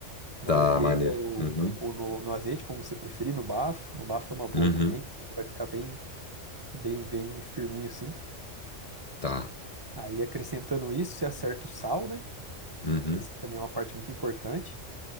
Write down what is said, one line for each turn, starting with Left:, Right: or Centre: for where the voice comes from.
Right: na
Left: Tá,
Right: manteiga
Left: maneiro.
Right: ou,
Left: Uhum.
Right: ou no, no azeite, como você preferir, no bafo. No bafo é uma boa
Left: Uhum.
Right: também, que vai ficar bem, bem, bem firminho assim.
Left: Tá.
Right: Aí, acrescentando isso, você acerta o sal, né,
Left: Uhum.
Right: que esse também é uma parte muito importante.